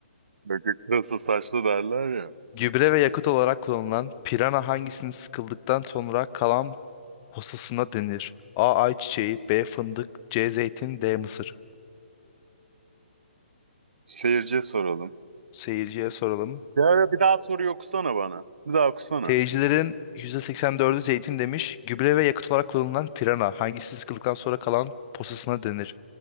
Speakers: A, on the right; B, on the left.
A: Böcek pırasa saçlı derler ya.
B: Gübre ve yakıt olarak kullanılan pirana hangisinin sıkıldıktan sonra kalan posasına denir? A. Ayçiçeği B. Fındık C. Zeytin D. Mısır
A: Seyirciye soralım.
B: Seyirciye soralım.
A: Ya bir daha soruyu okusana bana. Bir daha okusana.
B: Teyicilerin %84'ü zeytin demiş. Gübre ve yakıt olarak kullanılan pirana. Hangisi sıkıldıktan sonra kalan posasına denir?